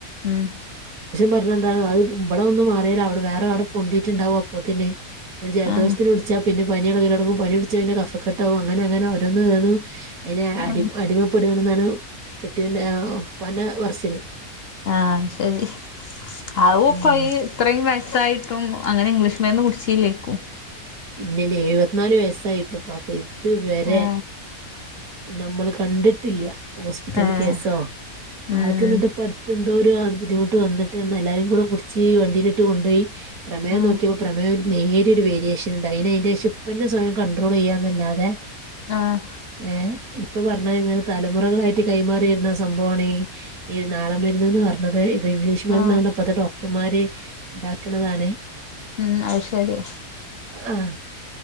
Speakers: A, on the left; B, on the right.
A: ഉം
B: പറഞ്ഞ എന്ത ഇവിടെ ഒന്ന് മാറിയൽ അവിടെ വേറെ അവിടെ പൊന്തിട്ടുണ്ടാവവാ പത്തിന ഒരു ജലദോഷത്തിന്
A: ആ
B: വിടിച്ച പിന്നെ പനി ഇളകില തുടങ്ങും പനി പിടിച്ച പിന്നെ കഫ കെട്ടാവും അങ്ങനെ അങ്ങനെഓരോന്ന് ഓന്ന് അതിനെ അടി
A: ആ
B: അടിമപ്പെ എവിടെയാണെന്നാണ് കെട്ടിപ്പന്റെ വർച്ചില്
A: ആഹ ശരി അപ്പയി
B: ഉം
A: ഇത്രയും ഫായിട്ടും അങ്ങനെ ഇംഗ്ലീഷ് മഡന്ന് കുടിിച്ചില്ലേക്കും
B: ഇല്ല ഇ എഴുപത്തിനാല് വയസ്സായി ഇപ്പൾ പക്ക് പത്ത് വരെ
A: ആ
B: നമ്മൾ കണ്ടിട്ട് ഹോസ്പിറ്റല
A: ഏ
B: കേസോ
A: ഉം
B: ആൾക്കിട്ട് എന്തോ ഒരു ബുദ്ദി മുട്ട് വന്നിട്ട്ന്ന് എല്ലാരും കൂടെ പിടിച്ച് വണ്ടിയിലിട്ട് കൊുപോയി പ്രമേം
A: ആ
B: നോക്കിയോൾ പ്രേം നേരിയ ഒരു വേരിയേഷൻ ഉണ്ടായിന് അതിന്റെശേഷം ഇപ്പന്നെ സ്വയം കണ്ടട്രോൾ ചെയ്യാന്നല്ലാതെ
A: ആഹ
B: ഏ ഇപ്പൊ പറഞ്ഞാ ഇങ്ങനെ തലമുറകളായിട്ട് കൈമാറിയിരുന്ന സംഭവമാണ് ഈ ഈ നാള മരുന്ന്ന്ന് പറഞ്ഞത് അത് ഇംഗ്ലീഷ് മരുന്ന്
A: ആ
B: ണ് അപ്പോ അത് ഡോ ഡോക്ടർമാര് ഉണ്ടാക്കുന്നതാണ്
A: ഉം അത് ശരി
B: ആഹ